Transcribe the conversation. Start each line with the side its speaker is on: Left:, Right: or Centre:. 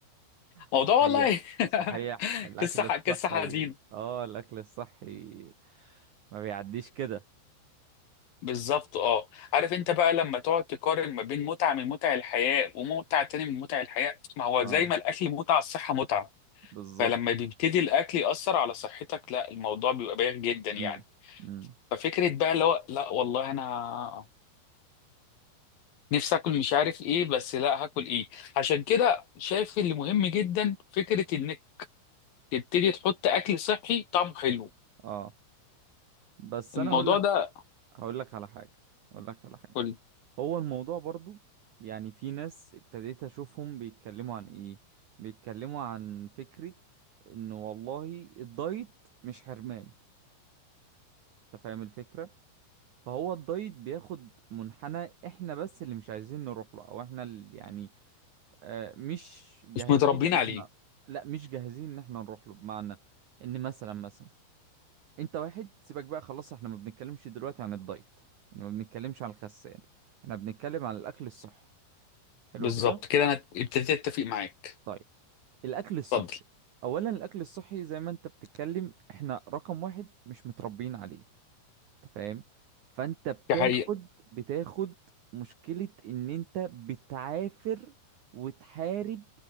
Left: موضوع
Right: صحيح
Left: والله <laughs>
Right: صحيح الأكل
Left: قصه ح-
Right: الصحي
Left: قصه حزينه
Right: اه الأكل الصحي ما بيعديش كده
Left: بالظبط اه عارف انت بقى لما تقعد تقارن ما بين متعه من متع الحياه ومتعه تاني من متع الحياه ما هو
Right: اه
Left: زي ما الاكل متعه الصحه متعه
Right: بالظبط
Left: فلما بيبتدي الاكل ياثر على صحتك لا الموضوع بيبقى بايخ جدا يعني
Right: امم امم
Left: ففكره بقى اللي هو لا والله انا نفسي اكل مش عارف ايه بس لا هاكل ايه عشان كده شايف اللي مهم جدا فكره انك تبتدي تحط اكل صحي طعمه حلو
Right: اه بس
Left: الموضوع
Right: أنا هقول لك
Left: ده
Right: هقول لك على حاجة هقول لك على حاجة
Left: كل
Right: هو الموضوع برضو يعني في ناس ابتديت أشوفهم بيتكلموا عن إيه بيتكلموا عن فكرة إنه والله الدايت مش حرمان أنت فاهم الفكرة فهو الدايت بياخد منحنى احنا بس اللي مش عايزين نروح له او احنا اللي يعني آه، مش جاهزين
Left: مش متربيين
Right: ان
Left: عليه
Right: احنا لا مش جاهزين ان احنا نروح له بمعنى ان مثلا مثلا انت واحد سيبك بقى خلاص احنا ما بنتكلمش دلوقتي عن الدايت احنا ما بنتكلمش عن الخسان احنا بنتكلم عن الاكل الصحي حلو
Left: بالظبط
Right: كده
Left: كده انا ابتديت اتفق معاك
Right: طيب الاكل الصحي
Left: اتفضل
Right: اولا الاكل الصحي زي ما انت بتتكلم احنا رقم واحد مش متربيين عليه انت فاهم فانت بتاخد
Left: دي حقيقه
Right: بتاخد مشكلة ان انت بتعافر وتحارب